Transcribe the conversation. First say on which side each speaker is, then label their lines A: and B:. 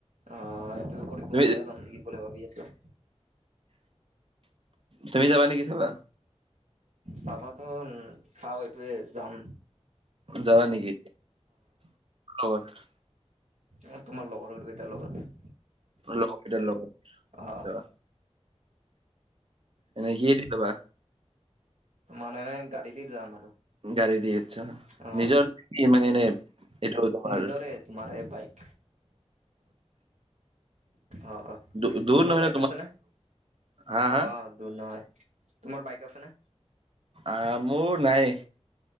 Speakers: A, on the right; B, on the right.
A: অ এইটো কৰিব
B: তুমি
A: ময়ো যাম নেকি বুলি ভাবি আছো
B: তুমি যাবা নেকি চাব
A: চাবাতো চাও এইটোৱে যাম
B: যাবা নেকি মোৰ লগত
A: অ তোমাৰ লগৰ কেইটাৰ লগত
B: লগৰকেইটাৰ লগত
A: অ
B: এনেই কি দি খাবা
A: তোমাৰ এনে গাড়ী দি যাম আৰু
B: গাড়ী দি আচ্ছা
A: অ
B: নিজৰ কি মানে এনে এইটো তোমাৰ
A: নিজৰে তোমাৰ এই বাইক অ অ
B: দূ দূৰ
A: তোমাৰ
B: নহয়
A: বাইক
B: ন
A: আছে নে
B: হা হা
A: অ দূৰ নহয় তোমাৰ বাইক আছে নে
B: অ মোৰ নাই